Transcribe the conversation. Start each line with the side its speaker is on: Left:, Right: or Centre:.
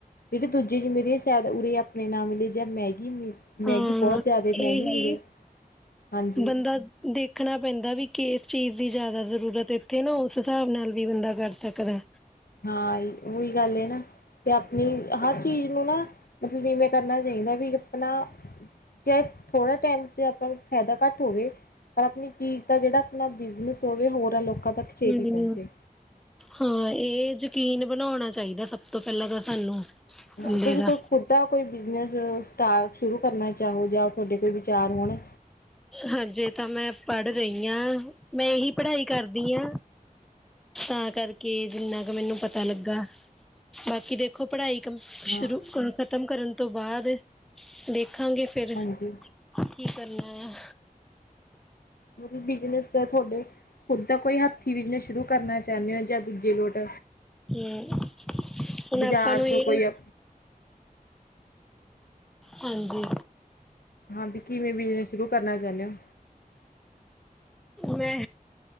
Left: ਜੇੜੀ ਦੂਜੇ 'ਚ ਮਿਲਰੀਆ ਸ਼ਾਇਦ ਉਰੇ ਆਪਣੇ ਨਾ ਮਿਲੇ ਜਾਂ ਮੈਗੀ ਮ ਮੈਗੀ
Centre: ਹਾਂ
Left: ਬੋ ਜਿਆਦੇ ਮੈਗੀ
Centre: ਇਹੀ
Left: ਮਿਲੇ, ਹਾਂਜੀ।
Centre: ਬੰਦਾ ਦੇਖਣਾ ਪੈਂਦਾ ਵੀ ਕਿਸ ਚੀਜ਼ ਦੀ ਜਿਆਦਾ ਜ਼ਰੂਰਤ ਇੱਥੇ ਨਾ ਉਸ ਹਿਸਾਬ ਨਾਲ ਵੀ ਬੰਦਾ ਕਰ ਸਕਦਾ।
Left: ਹਾਂ ਉਹੀ ਗੱਲ ਏ ਨਾ। 'ਤੇ ਆਪਣੀ ਹਰ ਚੀਜ਼ ਨੂੰ ਨਾ ਮਤਲਬ ਇਵੇਂ ਕਰਨਾ ਚਾਈਦਾ ਵੀ ਆਪਣਾ ਚਾਹੇ ਥੋੜਾ ਟਾਈਮ 'ਚ ਆਪਾਂ ਨੂੰ ਫ਼ਾਇਦਾ ਘੱਟ ਹੋਵੇ ਪਰ ਆਪਣੀ ਚੀਜ਼ ਦਾ ਜਿਹੜਾ ਆਪਣਾ ਬਿਜ਼ਨਸ ਹੋਵੇ ਹੋਰਾ ਲੋਕਾਂ ਤੱਕ ਛੇਤੀ
Centre: ਹੂੰ।
Left: ਪਹੁੰਚੇ।
Centre: ਹਾਂ ਏ ਯਕੀਨ ਬਣਾਉਣਾ ਚਾਈਦਾ ਸਭ ਤੋਂ ਪਹਿਲਾਂ ਤਾਂ ਸਾਨੂੰ।
Left: ਹਾਂਜੀ
Centre: ਬੰਦੇ
Left: ਤੁਸੀਂ
Centre: ਦਾ
Left: ਕੋਈ ਖੁਦ ਦਾ ਕੋਈ ਬਿਜਨਸ ਸਟਾ, ਸ਼ੁਰੂ ਕਰਨਾ ਚਾਹੋ ਜਾਂ ਤੁਹਾਡੇ ਕੋਈ ਵਿ ਚਾਰ ਹੋਣ।
Centre: ਹਜੇ ਤਾਂ ਮੈਂ ਪੜ ਰਈ ਆ, ਮੈਂ ਏ ਹੀ ਪੜਾਈ ਕਰਦੀ ਆ। ਤਾਂ ਕਰਕੇ ਜਿੰਨਾ ਕ ਮੈਨੂੰ ਪਤਾ ਲੱਗਾ, ਬਾਕੀ ਦੇ ਖੋ ਪੜਾਈ ਕੰਮ
Left: ਹਾਂ
Centre: ਸ਼ੁਰੂ, ਖਤਮ ਕਰਨ ਤੋਂ ਬਾਅਦ, ਦੇਖਾਂਗੇ ਫੇਰ
Left: ਹਾਂਜੀ
Centre: ਕੀ ਕਰਨਾ ਆ।
Left: ਮਤਲਬ ਬਿਜ਼ਨਸ ਦਾ ਥੋਡੇ ਖੁਦ ਦਾ ਕੋਈ ਹੱਥੀ ਬਿਜ਼ਨਸ ਸ਼ੁਰੂ ਕਰਨਾ ਚਾਨੇ ਓ ਜਾਂ ਦੂਜੇ ਲੋੋਟ?
Centre: ਹਮ ਹੁਣ
Left: ਬਾਜ਼ਾਰ
Centre: ਆਪਾਂ ਨੂੰ
Left: ਚੋਂ
Centre: ਇਹ
Left: ਕੋਈ ਆ
Centre: ਹਾਂਜੀ।
Left: ਹਾਂਜੀ ਕਿਵੇਂ ਬਿਜ਼ਨਸ ਸ਼ੁਰੂ ਕਰਨਾ ਚਾਨੇ ਓ?
Centre: ਮੈਂ